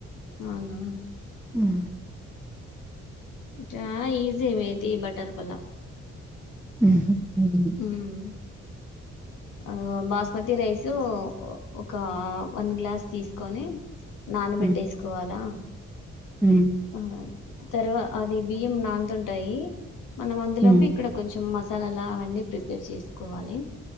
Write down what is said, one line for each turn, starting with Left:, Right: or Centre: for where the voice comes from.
Left: అవునా
Centre: మ్
Left: చా ఈజీ మేది బటర్ పలావ్
Centre: ఉహు మ్
Left: మ్మ్ ఆ బాస్మతి రైస్ ఒక వన్ గ్లాస్ తీసుకొని నానబెట్టేసుకోవాలా
Centre: హ్మ్. హ్మ్.
Left: పలావ్ తర్వా అది బియ్యం నాంతుంటాయి మనం అందులోపు
Centre: హ్మ్.
Left: ఇక్కడ కొంచెం మసా చాలలా అవన్నీ ప్రిపేర్ చేసుకోవాలి